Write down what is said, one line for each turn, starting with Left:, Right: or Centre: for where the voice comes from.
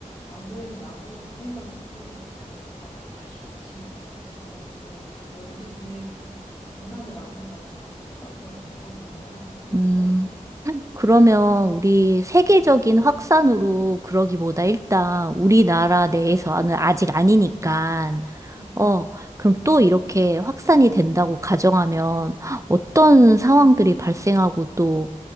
Left: 안 그래도 나도 그 생각 뉴스 보면서 그 생각했어. 아, 다시 닥치면 어떡하지? 이거 이거 어떻게 뭐부터 준비해야 되지? 겁나더라. 근데 마침 네가 똑같은 걸 지금 물어본 거야. 찌찌뽕이다.
Right: 음, 그러면
Left: 음.
Right: 우리 세계적인 확산으로 그러기보다
Left: 음,
Right: 일단 우리나라 내에서는 아직 아니니까
Left: 음,
Right: 어, 그럼 또 이렇게 확산이 된다고 가정하면 어떤
Left: 음,
Right: 상황들이 발생하고 또,